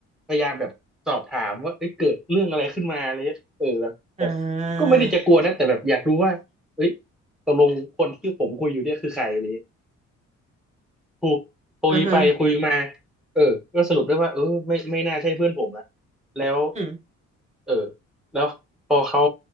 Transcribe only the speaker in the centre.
พยายามแบบสอบถามว่าเอ้ยเกิดเรื่องอะไรขึ้นมาอะไรเงี้ยเออแบบแบบก็ไม่ได้จะกลัวนะแต่แบบอยากรู้ว่าเอ้ย
ตกลงคนที่ผมคุยอยู่เนี่ยคือใครอะไรเงี้ยคุยคุยไปคุยมา
เออก็สรุปได้ว่าเออไม่ไม่น่าใช่เพื่อนผมละแล้ว
เออแล้วพอเขา